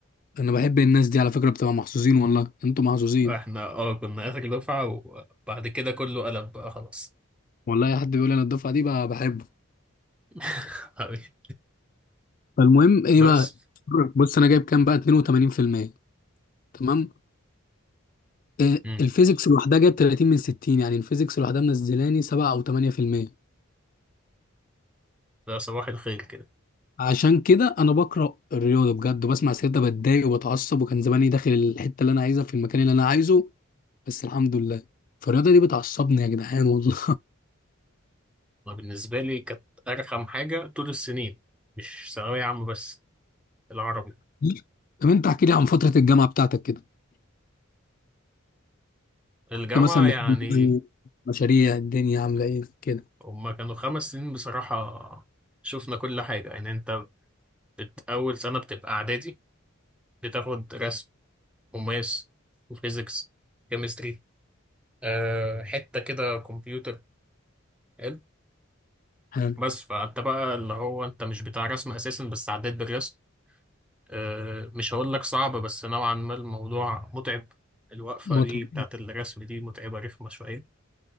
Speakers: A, on the left; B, in the centre.
A: انا بحب الناس دي على فكرة بتبقى محظوظين والله انتوا محظوظين
B: احنا اه كنا آخر دفعة وبعد كده كله قلب بقى خلاص
A: والله اي حد بيقول انا الدفعة دي بقى بحبه
B: <laughs> حبيبي
A: فالمهم ايه
B: بس
A: بقى بص انا جايب كام بقى 82% تمام آه،
B: امم
A: الفيزيكس لوحدها جايب 30 من 60 يعني الفيزيكس لوحدها منزلاني 7 او 8%
B: ده صباح الخير كده
A: عشان كده انا بكره الرياضه بجد وبسمع سيرتها بتضايق وبتعصب وكان زماني داخل الحته اللي انا عايزها في المكان اللي انا عايزه بس الحمد لله فالرياضه دي بتعصبني يا جدعان والله
B: أنا بالنسبة لي كانت أرخم حاجة طول السنين مش ثانوية عامة بس العربي
A: <laughs> طب انت احكي لي عن فتره الجامعه بتاعتك كده
B: الجامعة
A: كنت مثلا
B: يعني
A: بتعمل إيه؟ مشاريع الدنيا عامله ايه كده
B: هما كانوا خمس سنين بصراحة شفنا كل حاجة يعني انت بت... أول سنة بتبقى إعدادي بتاخد رسم وماس وفيزيكس كيمستري أه حتة كده كمبيوتر حلو
A: حلو
B: بس فأنت بقى اللي هو أنت مش بتاع رسم أساسا بس عديت بالرسم أه مش هقول لك صعب بس نوعا ما الموضوع متعب الوقفة
A: متعب
B: دي بتاعت الرسم دي متعبة رخمة شوية